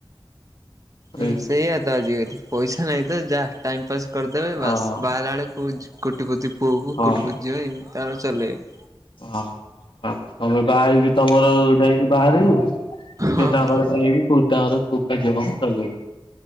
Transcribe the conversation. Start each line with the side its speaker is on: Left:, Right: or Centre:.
Right: ହୁଁ
Left: ଏଇଆ
Right: ସେଇଆ ତ ଆଜିକାଲି ପଇସା ନାଇଁ ତ ଯାହା ଟାଇମ ପାସ୍ କରିଦେବେ ବାସ୍
Left: ହଁ
Right: ବାହାରିଲା ବେଳେ କେ କୋଟିପତି ପୁଅକୁ
Left: ହଁ
Right: କୋଟିପତି ଯିବ ଏମିତି ତାଙ୍କ ଚଲେଇବେ।
Left: ହଁ ତମେ ବାହା ତମର ଯାଇକି ବାହାରିବୁ ସେ
Right: ହଁ।
Left: ତାଙ୍କରେ ଯାଇକି କୋଉ ତାଙ୍କରେ କଉ କାର୍ଯ୍ୟ କଣ ଚଲେଇବ।